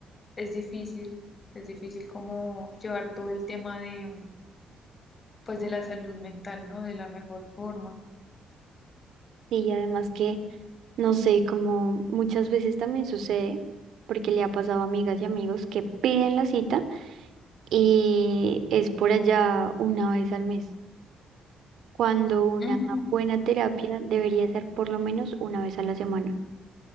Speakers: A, on the left; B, on the right.
A: es difícil, es difícil como llevar todo el tema de pues de la salud mental, ¿no? De la mejor forma.
B: Y además que, no sé, como muchas veces también sucede, porque le ha pasado a amigas y amigos que piden la cita y es por allá una vez al mes, cuando una
A: Ujú,
B: buena terapia debería ser por lo menos una vez a la semana,